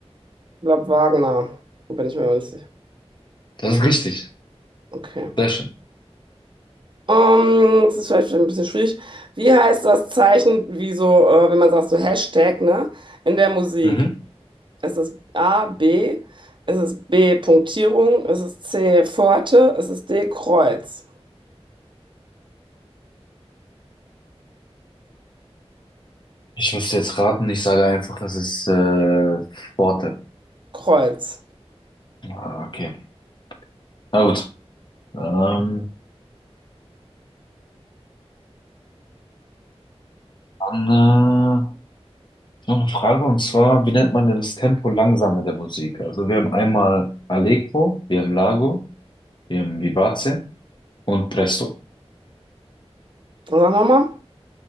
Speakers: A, on the right (about 50°); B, on the left (about 45°).
A: Ich glaube Wagner. Bin ich mir noch nicht sicher.
B: Das ist richtig.
A: Okay.
B: Sehr schön.
A: Ähm, das ist vielleicht ein bisschen schwierig. Wie heißt das Zeichen, wie so, äh, wenn man sagt, so Hashtag, ne? In der Musik.
B: Mhm.
A: Ist es A, B? Ist es B, Punktierung? Ist es C, Pforte? Ist es D, Kreuz?
B: Ich müsste jetzt raten, ich sage einfach, es ist äh, Worte.
A: Kreuz.
B: Ah, okay. Na gut. Ähm, dann äh, noch eine Frage und zwar, wie nennt man denn das Tempo langsame der Musik? Also wir haben einmal Allegro, wir haben Largo, wir haben Vivace und Presto.
A: Sag nochmal.